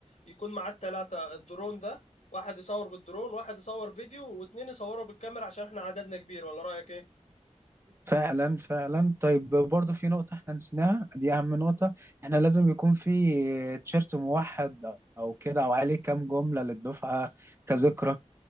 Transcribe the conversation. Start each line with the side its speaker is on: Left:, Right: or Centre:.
Left: يكون معاه التلاتة الدرون ده واحد يصور بالدرون واحد يصور فيديو واتنين يصوروا بالكاميرا عشان احنا عددنا كبير ولا رأيك ايه؟
Right: فعلا فعلا طيب برضه في نقطة احنا نسيناها دي أهم نقطة احنا لازم يكون في تيشيرت موحد أو كده أو عليه كام جملة للدفعة كذكرى